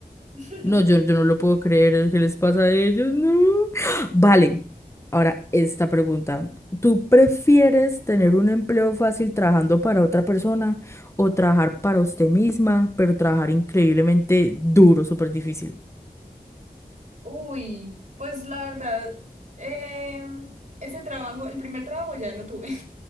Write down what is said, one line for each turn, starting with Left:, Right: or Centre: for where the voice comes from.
Right: <laughs>
Left: No, yo, yo no lo puedo creer. ¿Qué les pasa a ellos? No. Vale. Ahora, esta pregunta. ¿Tú prefieres tener un empleo fácil trabajando para otra persona o trabajar para usted misma, pero trabajar increíblemente duro, súper difícil?
Right: Uy, pues la verdad, em, ese trabajo, el primer trabajo ya lo tuve,